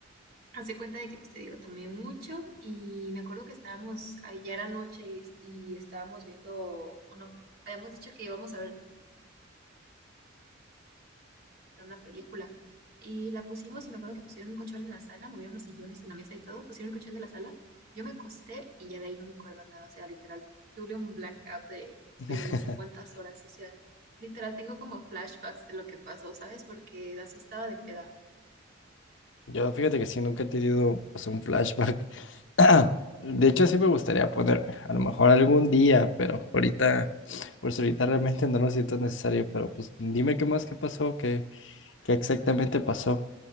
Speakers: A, on the right (about 50°); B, on the left (about 65°).
A: hace cuenta de que, pues te digo, tomé mucho y me acuerdo que estábamos, ah, ya era noche y, y estábamos viendo, o no, habíamos dicho que íbamos a ver una película. Y la pusimos y me acuerdo que pusieron un colchón en la sala, movieron los sillones y la mesa y todo, pusieron el colchón de la sala. Yo me acosté y ya de ahí no me acuerdo nada, o sea, literal, tuve un blackout de,
B: <laughs>
A: de no sé cuántas horas, o sea, literal tengo como flashbacks de lo que pasó, ¿sabes? Porque así estaba de peda.
B: Yo fíjate que sí, nunca he tenido, o sea, un flashback <clears throat> De hecho, sí me gustaría ponerme, a lo mejor algún día, pero ahorita, pues ahorita realmente no lo siento necesario, pero pues dime qué más, qué pasó, qué, qué exactamente pasó,